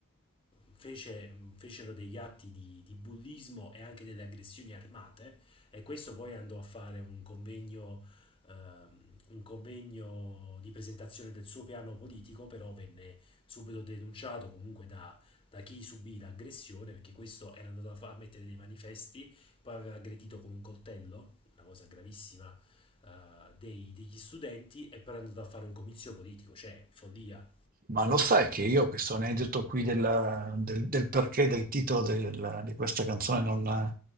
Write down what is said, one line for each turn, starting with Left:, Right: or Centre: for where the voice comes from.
Left: fece- fecero degli atti di, di bullismo e anche delle aggressioni armate, e questo poi andò a fare un convegno, ehm, un convegno di presentazione del suo piano politico, però venne subito denunciato comunque da chi subì l'aggressione, perché questo era andato a, fa- a mettere dei manifesti, poi aveva aggredito con un coltello, una cosa gravissima, eh, dei- degli studenti e poi era andato a fare un comizio politico, cioè follia.
Right: ma lo sai che io questo aneddoto qui del, del- del perché del titolo del- di questa canzone non,